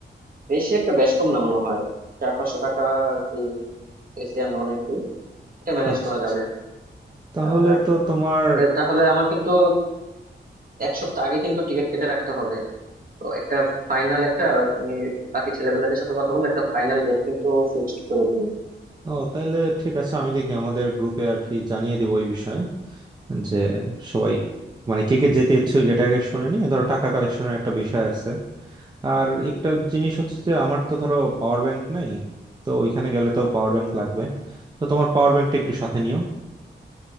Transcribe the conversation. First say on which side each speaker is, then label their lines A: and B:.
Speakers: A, on the right (about 50°); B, on the right (about 20°).
A: বেশি একটা বেশ কম না মনে হয় চার পাঁচশো টাকা আর কি এসি আর নন এসি এটা ম্যানেজ
B: আচ্ছা
A: করা
B: আচ্ছা
A: যাবে
B: তাহলে
A: আর
B: তো তোমার
A: এ, তাহলে আমার কিন্তু এক সপ্তাহ আগে কিন্তু টিকিট কেটে রাখতে হবে তো একটা ফাইনাল একটা তুমি বাকি ছেলেপেলেদের সাথে কথা বলে একটা ফাইনাল ডেট কিন্তু ফিক্সড করে দিই
B: ও তাহলে ঠিক আছে আমি দেখি আমাদের গ্রুপে আর কি জানিয়ে দিব এই বিষয়ে যে সবাই মানে কে কে যেতে ইচ্ছুক এটা আগে শুনে নিয়ে ধরো টাকা কালেকশনের একটা বিষয় আছে আর একটা জিনিস হচ্ছে যে আমার তো ধরো পাওয়ার ব্যাংক নাই তো ওইখানে গেলে তো পাওয়ার ব্যাংক লাগবে তো তোমার পাওয়ার ব্যাংকটা একটু সাথে নিও